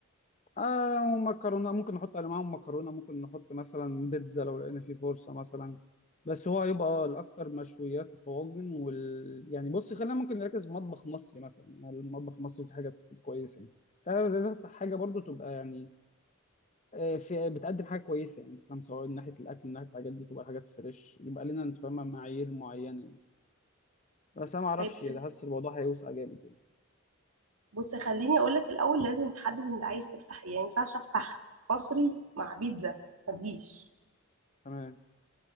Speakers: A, on the left; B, on the right.
A: آه ومكرونه ممكن نحط على معاهم مكرونه ممكن نحط مثلا بيتزا لو لقينا في فرصه مثلا بس هو هيبقى الاكتر مشويات وطواجن وال يعني بص خلينا ممكن نركز في مطبخ مصري مثلا يعني المطبخ المصري في حاجات كويسه يعني فانا عايز افتح حاجه برضو تبقى يعني آه، في بتقدم حاجه كويسه يعني فاهم سواء من ناحيه الاكل من ناحيه الحاجات دي تبقى حاجات فريش يبقى لنا انت فاهمه معايير معينه يعني. بس انا ما اعرفش
B: طيب
A: يعني
B: حلو.
A: حاسس الموضوع هيوسع جامد يعني
B: بص خليني اقولك الاول لازم تحدد انت عايز تفتح ايه يعني مينفعش افتح مصري مع بيتزا ما تجيش
A: تمام